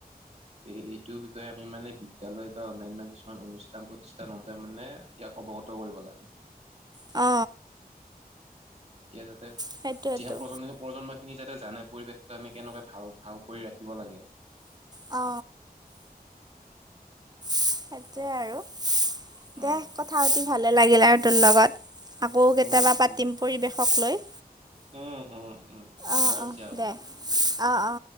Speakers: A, on the right; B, on the right.
A: এ এইটোৰ বিষয়ে আমি মানে বিদ্যালয় বা অন্যান্য কিছুমান অনুষ্ঠান অনুষ্ঠান-প্ৰতিষ্ঠানতে মানে ইয়াক অৱগত কৰিব লাগে।
B: অ।
A: তেতিয়া যাতে
B: সেইটোৱেতো
A: উঠি অহা প্ৰজন্ময়ে প্ৰজন্মখিনি যাতে জানে পৰিৱেশটো আমি কেনেকৈ ভাল ভাল কৰি ৰাখিব লাগে।
B: অ। সেইটোৱে আৰু
A: উম
B: দে কথা
A: উম
B: পাতি ভালে লাগিলে আৰু তোৰ লগত। আকৌ কেতিয়াবা
A: উম উম
B: পাতিম পৰিৱেশক লৈ।
A: উম উম উম দিয়া
B: অ
A: পিছে
B: অ
A: হ'ব
B: দে
A: দিয়া
B: অ অ।